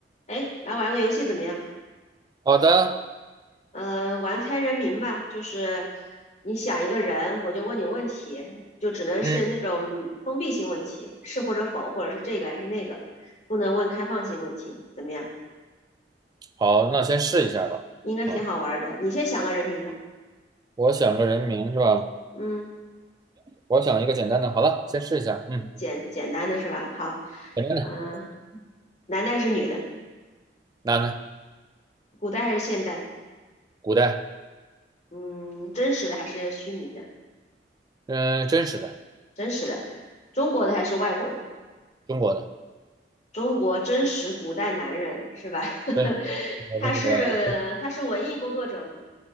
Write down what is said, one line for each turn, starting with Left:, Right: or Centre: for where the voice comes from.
Left: 哎，来玩个游戏怎么样？
Right: 好的，
Left: 嗯、呃玩猜人名吧，就是你想一个人，我就问你问题，就只能是那种封闭性问题，
Right: 嗯，
Left: 是或者否，或者是这个还是那个，不能问开放性问题，怎么样？
Right: 好，那先试一下吧。
Left: 应该挺好玩的。
Right: 嗯，
Left: 你先想个人名吧。
Right: 我想个人名是吧？
Left: 嗯，
Right: 我想一个简单的，好了，先试一下。嗯，
Left: 简简单的是吧？好，
Right: 简单的，
Left: 嗯、男的还是女的？
Right: 男的，
Left: 古代还是现代？
Right: 古代，
Left: 嗯，真实的还是虚拟的？
Right: 嗯、真实的，
Left: 真实的，中国的还是外国的？
Right: 中国的，
Left: 中国真实古代男人是吧？
Right: 对，
Left: <laughs>
Right: 真实古代男的，
Left: 他是他是文艺工作者吗？